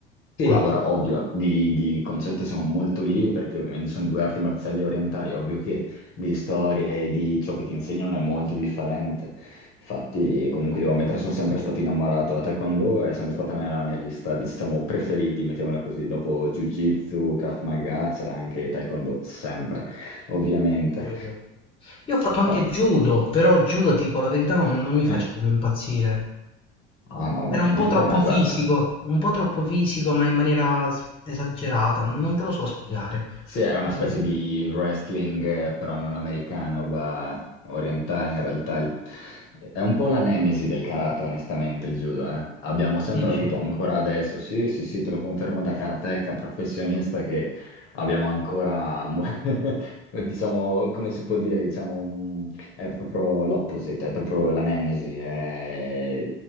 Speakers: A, on the left (about 45°); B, on the left (about 20°).
A: Sì,
B: O no?
A: allora, ovvio, di, di concetto siamo molto lì perché ovviamente sono due arti marziali orientali, ovvio che di storia e di ciò che ti insegnano è molto differente. Infatti, comunque devo ammettere, sono sempre stato innamorato. La Taekwondo è sempre stata nella mia lista, diciamo, preferiti, mettiamola così. Dopo Jiu-Jitsu, Krav Maga, c'era anche Taekwondo, sempre, ovviamente.
B: Capito. Io ho fatto
A: Infatti...
B: anche judo, però judo, ti dico la verità, non, non mi faceva
A: <laughs>
B: impazzire.
A: Ah no, beh,
B: Era
A: ma
B: un
A: neanche
B: po' troppo
A: a me,
B: fisico,
A: guarda.
B: un po' troppo fisico, ma in maniera s- esagerata, non non te lo so spiegare.
A: Sì, è una
B: Mm,
A: specie di wrestling, eh, però non americano, ma orientale in realtà. Il- È un po' la nemesi del karate, onestamente, il judo, eh. Abbiamo sempre
B: Dici,
A: avuto, ancora adesso, sì, sì, sì, te lo confermo da karateka professionista, che abbiamo ancora, mo- <laughs> diciamo, come si può dire, diciamo, mm, è proprio l'opposite, è proprio la nemesi. è-